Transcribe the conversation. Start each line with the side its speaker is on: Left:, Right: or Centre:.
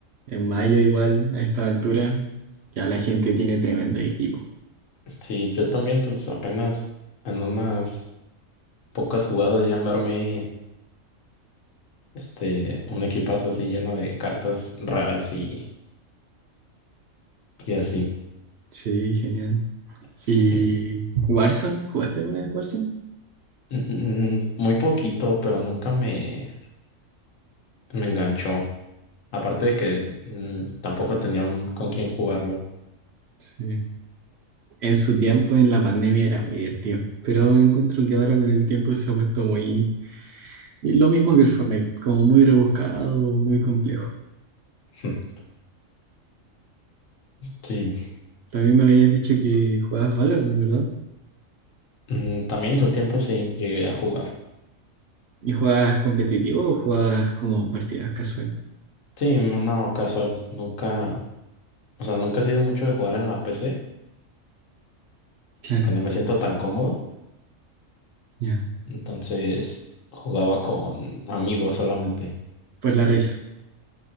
Right: en mayo igual a esta altura ya la gente tiene tremendo equipo.
Left: Sí, yo también, pues apenas en unas pocas jugadas ya me armé este, un equipazo así lleno de cartas raras y, y así.
Right: Sí, genial.
Left: <laughs>
Right: ¿Y Warzone? ¿Jugaste alguna vez Warzone?
Left: Mm, mm, Muy poquito, pero nunca me, me enganchó. Aparte de que mm, tampoco tenía con quién jugarlo.
Right: Sí. En su tiempo, en la pandemia, era muy divertido, pero encuentro que ahora con el tiempo se ha puesto muy... Lo mismo que el Fortnite, como muy rebuscado, muy complejo.
Left: <laughs> Sí.
Right: También me habías dicho que jugabas Valorant, ¿verdad?
Left: Mm, También en su tiempo sí llegué a jugar.
Right: ¿Y jugabas competitivo o jugabas como partidas casual?
Left: Sí, no, no, casual. Nunca, o sea, nunca he sido mucho de jugar en la PC,
Right: Claro,
Left: aunque no me siento tan cómodo.
Right: ya.
Left: Entonces jugaba con amigos solamente.
Right: Pues la risa.